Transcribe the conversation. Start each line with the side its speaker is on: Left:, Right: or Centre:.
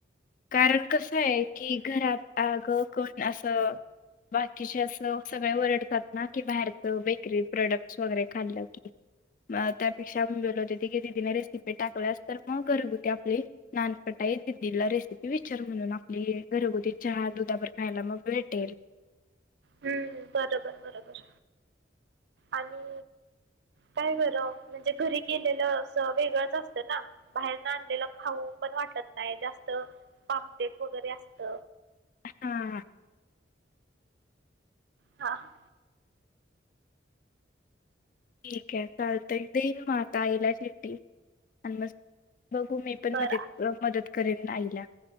Left: कारण कस आहे की घरात अग कोण असं कि असं सगळे वरडतात ना की बाहेरचं बेकरी प्रोडक्टस वगैरे खाल्लं की. म त्यापेक्षा बोल होते ती की तदीने रेसिपी टाकल्या अस तर मग गरग होती आपली. नानपटाई दिदीला रेसिपी विचार म्हणून आपली घरगुती चहा दुधाभर खायला मग भेटेल.
Right: हम्म बरोबर बरोबर आणि काय बरं म्हणजे घरी केलेलं अस वेगळंच असतं ना. बाहेरन आणलेलं खाऊ पण वाटत नाही जास्त पामथेट वगैरे असत.
Left: हा.
Right: हा ह.
Left: ठीक आहे चालत एक देईन मग आता आईला चीट्टी आणि मग बघू मी पण
Right: बरं
Left: मद मदत करेन आईला.